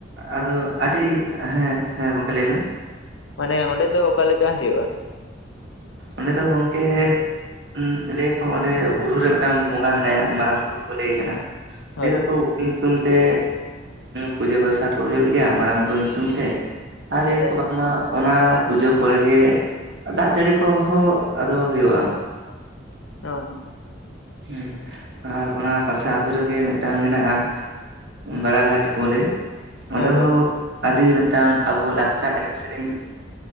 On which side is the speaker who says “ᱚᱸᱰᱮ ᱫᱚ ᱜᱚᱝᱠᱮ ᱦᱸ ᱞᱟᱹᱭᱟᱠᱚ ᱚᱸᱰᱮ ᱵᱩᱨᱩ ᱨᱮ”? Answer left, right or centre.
Right